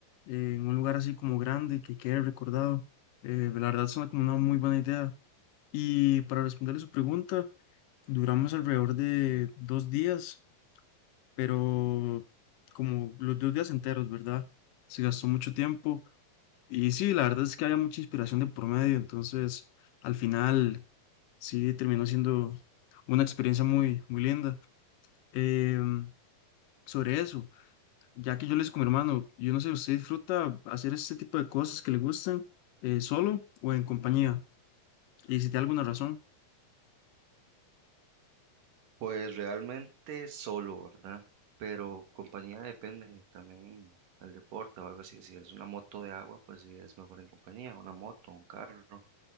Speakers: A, on the left; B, on the right.
A: eh, en un lugar así como grande, que quede recordado. Eh, la verdad, suena como una muy buena idea. Y para responderle su pregunta, duramos alrededor de dos días, pero como los dos días enteros, ¿verdad? Se gastó mucho tiempo Y sí, la verdad es que había mucha inspiración de por medio, entonces al final sí terminó siendo una experiencia muy, muy linda. Em, sobre eso, ya que yo le hice con mi hermano, yo no sé, ¿usted disfruta hacer este tipo de cosas que le gustan eh, solo o en compañía? Y si tiene alguna razón.
B: Pues realmente solo, ¿verdad? Pero compañía depende también al deporte o algo así. Si es una moto de agua, pues sí es mejor en compañía, una moto, un carro.